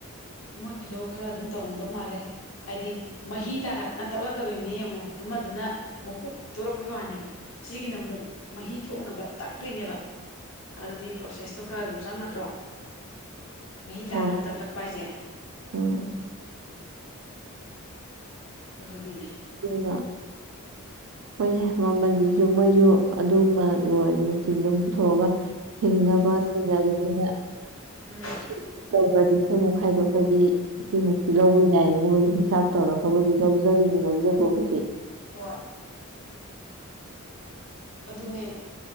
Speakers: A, on the left; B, on the right.
A: ꯃꯣꯏꯒꯤꯗꯣ ꯈꯔ ꯑꯗꯨꯝ ꯇꯧꯔꯝꯗꯧ ꯃꯥꯜꯂꯦ꯫ ꯍꯥꯏꯗꯤ ꯃꯍꯤ ꯇꯥꯔꯛꯅ ꯇꯧꯂꯛꯀꯗꯣꯏꯅꯤ ꯌꯦꯡꯉꯣ ꯑꯃꯗꯨꯅ ꯃꯀꯨ ꯈꯣꯛꯇꯣꯔꯛꯄꯩ ꯋꯥꯅꯦꯕ ꯁꯤꯒꯤꯅ ꯃꯨꯛ ꯃꯍꯤ ꯊꯣꯛꯅꯕ ꯇꯛꯇꯣꯏꯅꯦꯕ꯫ ꯑꯗꯨꯗꯤ ꯄ꯭ꯔꯣꯁꯦꯁꯇꯣ ꯈꯔ ꯑꯗꯨꯝ ꯆꯪꯉꯗ꯭ꯔꯣ ꯃꯍꯤ ꯇꯥꯅꯕ
B: ꯍꯣꯏ
A: ꯊꯛꯂꯛꯄ ꯍꯥꯏꯖꯦ꯫
B: ꯎꯝ
A: ꯑꯗꯨꯅꯤꯅꯦ
B: ꯗꯨꯅ ꯍꯣꯏꯅꯦ ꯃꯃꯟꯖꯤꯖꯨ ꯃꯣꯏꯖꯨ ꯑꯗꯨꯃ ꯂꯣꯏ ꯃꯦꯆꯤꯟꯗꯨꯝ ꯄꯨꯊꯣꯛꯑꯒ ꯍꯤꯡꯅꯕ
A: ꯎꯝ
B: ꯊꯦꯡꯅꯔꯤꯅꯤꯅ
A: ꯎꯝ
B: ꯁꯤ ꯇꯧꯕꯗꯤ ꯁꯤ ꯑꯃꯨꯛ ꯈꯥꯏꯗꯣꯛꯈꯔꯗꯤ ꯁꯤꯃꯨꯛꯇꯤ ꯂꯧꯕ ꯌꯥꯏ ꯃꯣꯏ ꯍꯤꯡꯁꯥꯞ ꯇꯧꯔꯒꯕꯨꯗꯤ ꯂꯧꯖꯔꯤꯅꯤ ꯂꯧꯖꯕꯕꯨꯗꯤ꯫
A: ꯍꯣꯏ ꯑꯗꯨꯅꯦ